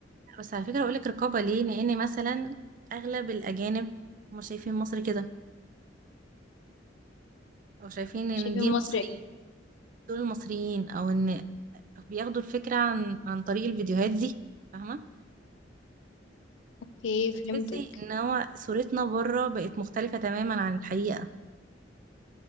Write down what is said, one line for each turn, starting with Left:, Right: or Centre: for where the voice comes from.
Right: بس على فكرة اقول لك رقابة ليه لان مثلا اغلب الاجانب هم شايفين مصر كده او شايفين ان
Left: فشايفين
Right: دي
Left: مصر
Right: مصريين
Left: ايه
Right: دول المصريين او ان بياخدوا الفكرة عن عن طريق الفيديوهات دي فاهمة
Left: اوكي
Right: فهتحسي
Left: فهمتك
Right: ان هو صورتنا بره بقت مختلفة تماما عن الحقيقة